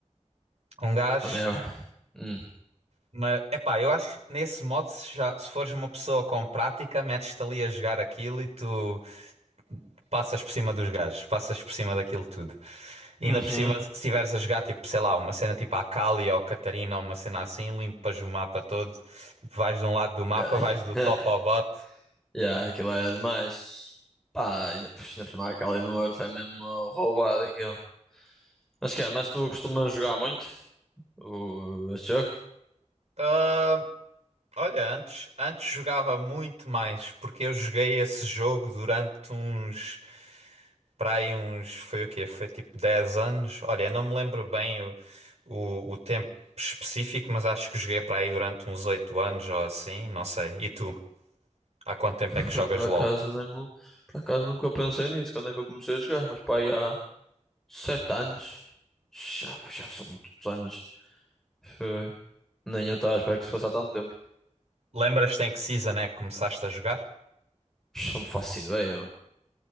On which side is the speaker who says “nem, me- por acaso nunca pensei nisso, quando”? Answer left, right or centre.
Centre